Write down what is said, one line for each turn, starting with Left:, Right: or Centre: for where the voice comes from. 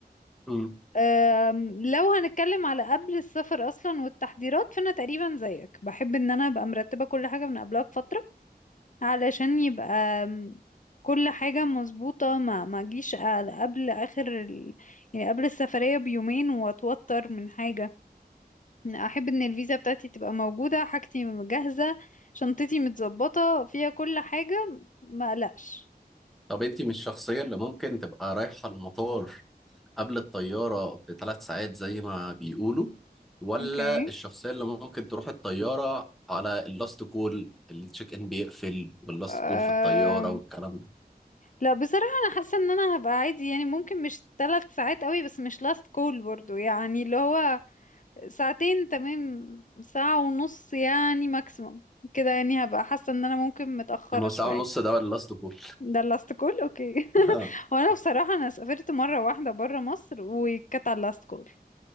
Centre: مم.
Left: أم، لو هنتكلم على قبل السفر اصلا والتحضيرات فانا تقريبا زيك بحب ان انا ابقى مرتبة كل حاجة من قبلها بفترة علشان يبقى أم، كل حاجة مظبوطة ما ما اجيش على- قبل اخر ال... يعني قبل السفرية بيومين واتوتر من حاجة احب ان الفيزا بتاعتي تبقى موجودة حاجتي جاهزة شنطتي متظبطة فيها كل حاجة ما قلقش
Centre: طب أنتي مش الشخصية اللي ممكن تبقى رايحة المطار قبل الطيارة بثلاث ساعات زي ما بيقولوا ولا
Left: اوكي
Centre: الشخصية اللي ممكن تروح الطيارة على اللاست كول التشيك ان بيقفل واللاست
Left: أم...
Centre: كول في الطيارة والكلام ده
Left: لا بصراحة انا حاسة ان انا هبقى عادي يعني ممكن مش ثلاث ساعات قوي بس مش لاست كول برضو يعني اللي هو ساعتين تمام ساعة ونص يعني ماكسيموم كده يعني هبقى حاسة ان انا ممكن متأخرة
Centre: يعني ما هو ساعة
Left: شوية
Centre: ونص ده ولا اللاست كول
Left: ده اللاست كول اوكي
Centre: <laughs>
Left: <laughs> وانا بصراحة انا سافرت مرة واحدة برا مصر وكانت على اللاست كول